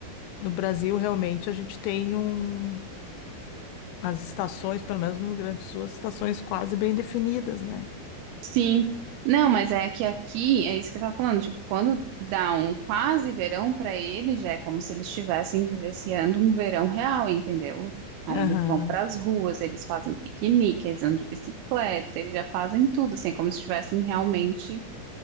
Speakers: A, on the left; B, on the right.
A: No Brasil, realmente, a gente tem um as estações, pelo menos no Rio Grande do Sul, as estações quase bem definidas, né?
B: Sim. Não, mas é que aqui, é isso que eu tava falando, tipo, quando dá um quase verão pra eles, já é como se eles estivessem vivenciando um verão real, entendeu? Aí
A: Aham,
B: eles vão pras ruas, eles fazem piquenique, eles andam de bicicleta, eles já fazem tudo, assim, é como se estivessem realmente.